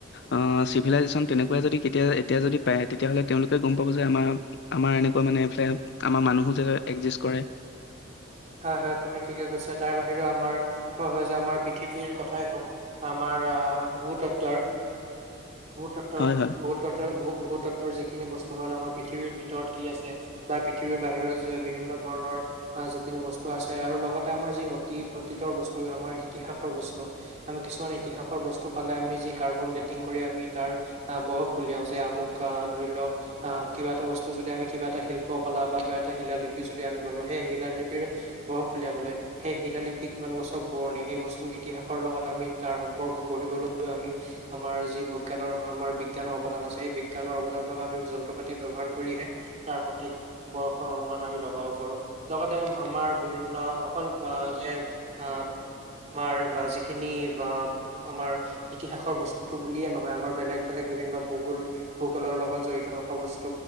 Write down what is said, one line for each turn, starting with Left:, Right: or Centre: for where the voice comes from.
Left: আ, চিভিলাইজেচন তনেকুৱায়ে যদি কেতিয়া এতিয়া যদি পায়, তেতিয়া য়াহলে তেওঁলোকে গম পাব যে, আমাৰ-আমাৰ এনেকুৱা মানে এইফালে আমাৰ মানুহো যে একজিষ্ট কৰে।
Right: <inaudible> হয়-হয় তুমি ঠিকে কৈছা। তাৰ বাহিৰেও আমাৰ মই হয় যে আমাৰ পৃথিৱীৰ কথাই হওক আমাৰ পৰা ভূ-তত্ত্বৰ, ভূ-তত্ত্বৰ-ভূ-তত্ত্বৰ-ভূ-ভূ-তত্ত্বৰ
Left: হয় হয়
Right: যি খিনি বস্তু হ'ল আমাৰ পৃথিৱীৰ ভিতৰত কি আছে? বা পৃথিৱীৰ বাহিৰত যি বিভিন্ন ধৰণৰ, আজি খিনি বস্তু আছে আৰু লগতে আমাৰ যি অতী অতীতৰ বস্তু আমাৰ ইতিহাসৰ বস্তু আমি কিছুমানে ইতিহাসৰ বস্তু পালে আমি যি কাৰ্বন ডেটিং কৰি আমি তাৰ আ বয়স উলিয়াওঁ যে আমুক ধৰি ল অ', আ কিবা এটা বস্তু যদি আমি কিবা এটা শিল্প কলা বা কিবা এটা শিলা লিপি যদি আমি পালো সেই শিলা <unintelligible> বয়স উলিয়াবলে সেই শিলা লিপি কিমান বছৰ পুৰণি সেই বস্তু ইতিহাসৰ লগত আমি তাৰ উপৰ্গ গঢ়িবলৈ আমি আমাৰ যি বৈজ্ঞানৰ আমাৰ বিজ্ঞানৰ অৱদান আছে সেই বিজ্ঞানৰ অৱদান থকা যন্ত্ৰ পাতি ব্যৱহাৰ কৰিহে তাৰ সঠিক বয়সৰ অনুমান আমি লগাব পাৰো। লগত তে আমাৰ বিভিন্ন অকলপ আ যে আ আমাৰ বা যিখিনি বা আমাৰ ইতিহাসৰ বস্তু বুলিয়ে নহয়, আমাৰ বেলেগ-বেলেগ বিভিন্ন ভূগোল, ভূগোলৰ লগত জড়িত থকা বস্তু,